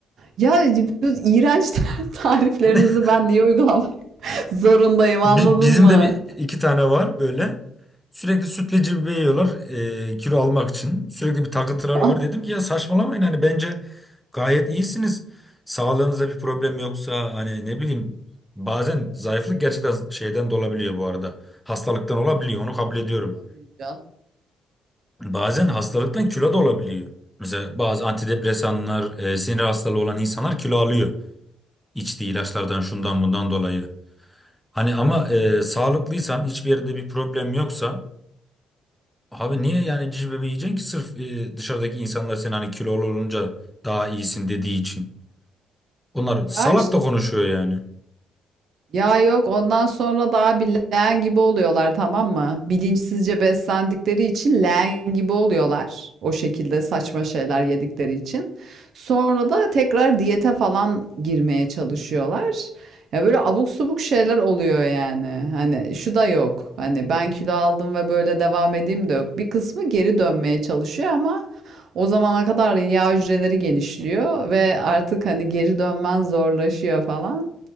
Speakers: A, on the right; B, in the centre.
A: Ya bu iğrenç ta- tariflerinizi
B: <laughs>
A: ben niye uygulamak <laughs> zorundayım
B: Bi-
A: anladın
B: bizim
A: mı?
B: de bir iki tane var böyle. Sürekli sütleci bir yiyorlar e, kilo almak için. Sürekli bir takıntıları
A: <laughs>
B: var. Dedim ki ya saçmalamayın hani bence gayet iyisiniz. Sağlığınızda bir problem yoksa hani ne bileyim bazen zayıflık gerçekten şeyden de olabiliyor bu arada. Hastalıktan olabiliyor onu kabul ediyorum.
A: Tabii canım,
B: Bazen
A: tabii canım.
B: hastalıktan kilo da olabiliyor. Mesela bazı antidepresanlar, e, sinir hastalığı olan insanlar kilo alıyor. İçtiği ilaçlardan
A: Tabii
B: şundan bundan dolayı. Hani ama
A: doğru.
B: e, sağlıklıysan hiçbir yerinde bir problem yoksa abi niye yani cici bebeği yiyeceksin ki sırf e, dışarıdaki insanlar seni hani kilolu olunca daha iyisin dediği için. Onlar
A: Ya
B: salak
A: işte
B: da konuşuyor yani.
A: Ya yok ondan sonra daha bir leğen gibi oluyorlar tamam mı? Bilinçsizce beslendikleri için leğen gibi oluyorlar. O şekilde saçma şeyler yedikleri için. Sonra da tekrar diyete falan girmeye çalışıyorlar. Ya böyle abuk subuk şeyler oluyor yani. Hani şu da yok. Hani ben kilo aldım ve böyle devam edeyim de yok. Bir kısmı geri dönmeye çalışıyor ama o zamana kadar yağ hücreleri genişliyor ve artık hani geri dönmen zorlaşıyor falan.